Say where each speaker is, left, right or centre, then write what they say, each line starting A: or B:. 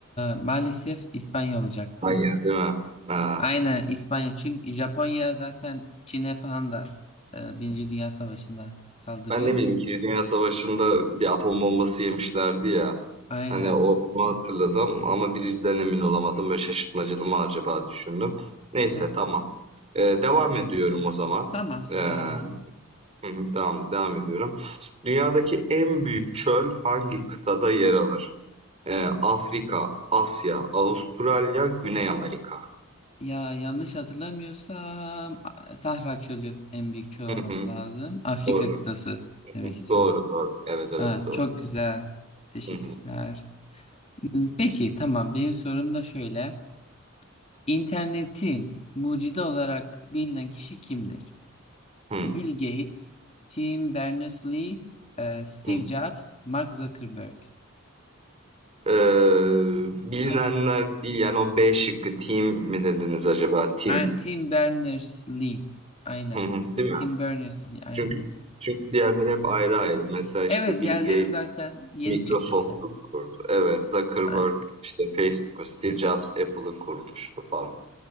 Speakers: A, on the left; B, on the right.
A: maalesef İspanya olacaktı.
B: Hayır değil mi? Ha.
A: Aynen İspanya. Çünkü Japonya zaten Çin'e falan da e, Birinci Dünya Savaşı'nda saldırıyor.
B: Ben ne bileyim İkinci Dünya Savaşı'nda bir atom bombası yemişlerdi ya.
A: Aynen.
B: Hani o, onu hatırladım ama birinciden emin olamadım. Böyle şaşırtmacalı mı acaba düşündüm. Neyse
A: Hı hı.
B: tamam. Ee, devam ediyorum o zaman.
A: Tamam siz
B: Ee, hı
A: devam edin.
B: hı, tamam devam ediyorum. Dünyadaki en büyük çöl hangi kıtada yer alır? Ee, Afrika, Asya, Avustralya, Güney Amerika.
A: Ya yanlış hatırlamıyorsam A- Sahra Çölü en büyük çöl
B: Hı
A: olması
B: hı,
A: lazım. Afrika
B: doğru.
A: kıtası
B: Hı
A: demek
B: hı,
A: istiyorum.
B: doğru doğru. Evet evet
A: Ha,
B: doğru.
A: çok güzel. Teşekkürler.
B: Hı
A: Hmm, Peki tamam benim sorum da şöyle. İnternetin mucidi olarak bilinen kişi kimdir?
B: hı,
A: Bill Gates, Tim Berners-Lee, e, Steve
B: hı.
A: Jobs, Mark Zuckerberg.
B: Eee, bilinenler
A: Hangisi?
B: değil yani o B şıkkı team mi dediniz acaba? Team.
A: Aynen, Tim Berners-Lee. Aynen.
B: Hı hı, Değil mi?
A: Tim Berners-Lee. Aynen.
B: Çünkü çünkü diğerleri hep ayrı ayrı. Mesela işte
A: Evet,
B: Bill
A: diğerleri
B: Gates
A: zaten yeni
B: Microsoft'u
A: çıkmış yani.
B: kurdu. Evet, Zuckerberg
A: A-
B: işte Facebook'u, Steve Jobs Apple'ı kurmuştu falan.